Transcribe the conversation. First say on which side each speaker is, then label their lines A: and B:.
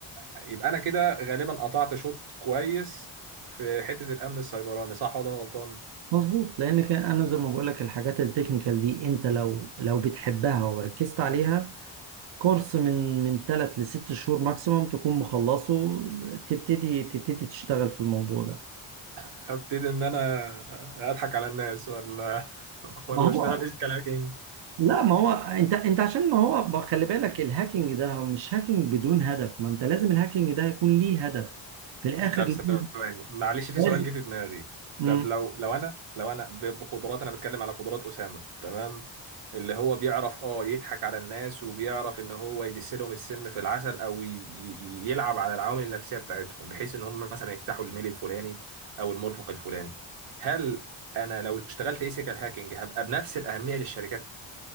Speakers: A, on the right; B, on the right.
A: يبقى أنا كده غالبا قطعت شوط كويس في حتة الأمن السيبراني صح ولا أنا غلطان؟
B: مظبوط لان كان انا زي ما بقول لك الحاجات التكنيكال دي انت لو لو بتحبها وركزت عليها كورس من من ثلاث لست شهور ماكسيموم تكون مخلصه تبتدي تبتدي تشتغل في الموضوع ده
A: هبتدي إن أنا أضحك على الناس ولا <laughs> ولا
B: ما هو
A: أشتغل إيش كلاكينج
B: لا ما هو انت انت عشان ما هو خلي بالك الهاكينج ده هو مش هاكينج بدون هدف ما انت لازم الهاكينج ده يكون ليه هدف في الاخر
A: طب
B: لازم
A: ثواني معلش في
B: لازم-
A: سؤال جه في دماغي
B: مم.
A: طب لو لو انا لو انا ب- بقدرات انا بتكلم على قدرات اسامه تمام اللي هو بيعرف اه يضحك على الناس وبيعرف ان هو يدس لهم السم في العسل او ي- ي- يلعب على العوامل النفسيه بتاعتهم بحيث ان هم مثلا يفتحوا الميل الفلاني او المرفق الفلاني هل انا لو اشتغلت ايثيكال هاكينج هبقى بنفس الاهميه للشركات